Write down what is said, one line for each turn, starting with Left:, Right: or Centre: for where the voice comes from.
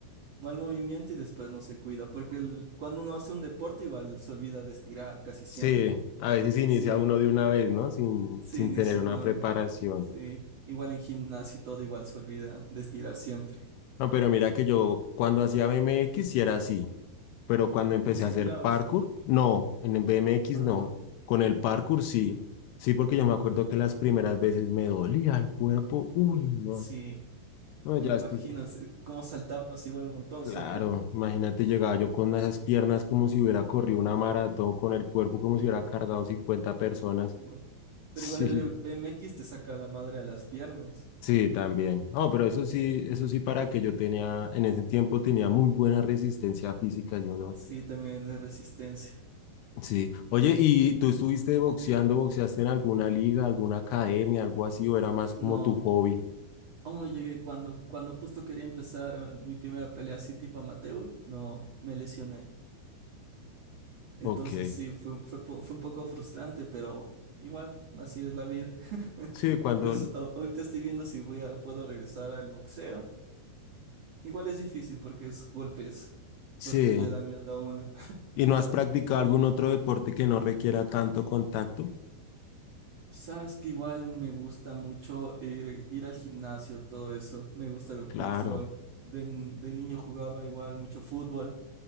Right: Mal movimiento y después no se cuida, porque el- cuando uno hace un deporte igual se olvida de estirar casi siempre.
Left: Sí, a veces inicia
Right: Sí,
Left: uno de una vez, ¿no? Sin,
Right: sí,
Left: sin
Right: inicia
Left: tener una
Right: uno,
Left: preparación.
Right: sí. Igual en gimnasio y todo igual se olvida de estirar siempre.
Left: No, pero mira que yo cuando hacía BMX sí era así, pero cuando empecé
Right: Así
Left: a hacer
Right: estirabas.
Left: parkour, no, en el BMX
Right: Ah,
Left: no,
Right: no.
Left: con el parkour sí, sí, porque yo me acuerdo que las primeras veces me dolía el cuerpo, uy, no,
Right: Sí,
Left: no,
Right: me
Left: ya
Right: imagino
Left: después,
Right: es- eh, cómo saltabas igual un montón,
Left: claro,
Right: ¿cierto?
Left: imagínate, llegaba yo con esas piernas como si hubiera corrido una maratón, con el cuerpo como si hubiera cargado 50 personas,
Right: Uy.
Left: <laughs>
Right: Pero
Left: sí,
Right: igual el BMX te saca la madre a las piernas.
Left: sí, también, no, pero eso sí, eso sí para que yo tenía, en ese tiempo tenía muy buena resistencia física, yo no.
Right: Sí, también de resistencia.
Left: Sí. Oye, ¿y tú estuviste boxeando, boxeaste en alguna liga, alguna academia, algo así, o era más como
Right: No.
Left: tu hobby?
Right: Aún no llegué cuando, cuando justo quería empezar eh, mi primera pelea así tipo amateur, no me lesioné. Entonces
Left: Ok.
Right: sí, fue, fue, po- fue un poco frustrante, pero igual, así es la vida. <laughs>
Left: Sí, cuando...
Right: Entonces a- ahorita estoy viendo si voy a, puedo regresar al boxeo. Igual es difícil porque es golpes,
Left: Sí.
Right: golpes le da miedo a uno.
Left: ¿Y no has practicado algún otro deporte que no requiera tanto contacto?
Right: <laughs> Sabes que igual me gusta mucho ir, ir al gimnasio, todo eso. Me gusta, el-
Left: Claro,
Right: me gusta igual. De, de niño jugaba igual mucho fútbol.